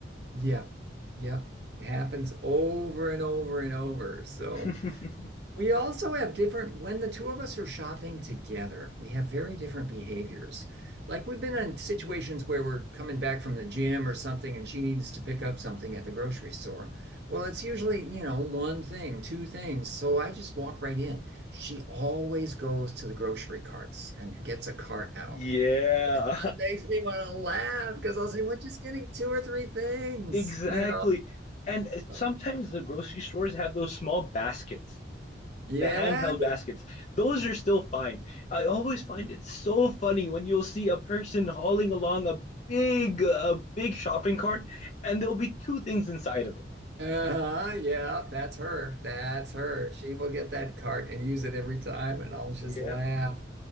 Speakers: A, on the right (about 65°); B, on the left (about 40°).
A: Yep. Yep. It happens over and over and over. So,
B: <laughs>
A: We also have different, when the two of us are shopping together, we have very different behaviors. Like we've been in situations where we're coming back from the gym or something and she needs to pick up something at the grocery store. Well, it's usually, you know, one thing, two things. So I just walk right in. She always goes to the grocery carts and gets a cart out.
B: Yeah,
A: It makes me want to laugh because I'll say, we're just getting two or three things,
B: <laughs> exactly.
A: you
B: And uh,
A: know?
B: sometimes the grocery stores have those small baskets.
A: Yeah.
B: the handheld baskets those are still fine i always find it so funny when you'll see a person hauling along a big a big shopping cart and there'll be two things inside of it
A: Uh-huh, yeah, that's her. That's her. She will get that cart and use it every time, and I'll just
B: yeah
A: laugh.